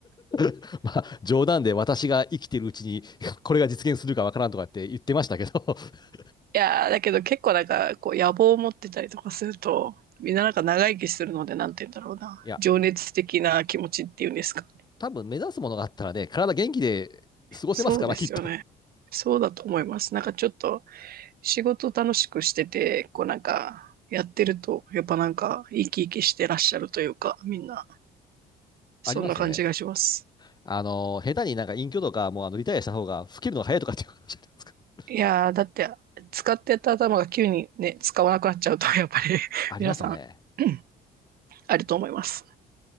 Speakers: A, on the left; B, on the right.
A: <laughs> まあ、冗談で私が生きてるうちに、<laughs> これが実現するかわからんとかって言ってましたけど、<laughs>
B: いやーだけど結構なんか、こう、野望を持ってたりとかすると、みんななんか長生きするので、なんて言うんだろうな。
A: いや、
B: 情熱的な気持ちっていうんですか。
A: 多分目指すものがあったらね、体元気で過ごせますから、
B: そうですよね。
A: きっと。
B: そうだと思います。なんかちょっと、仕事楽しくしてて、こうなんか、やってると、やっぱなんか、生き生きしてらっしゃるというか、みんな、
A: <laughs>
B: そんな感じがします。
A: ありますよね。あの、下手になんか隠居とか、もうあのリタイアした方が老けるのが早いとかっていう話じゃないですか。<laughs>
B: いやーだって、使ってた頭が急にね、使わなくなっちゃうと、やっぱり <laughs>
A: ありますよね。
B: 皆さん、<clears throat> あると思います。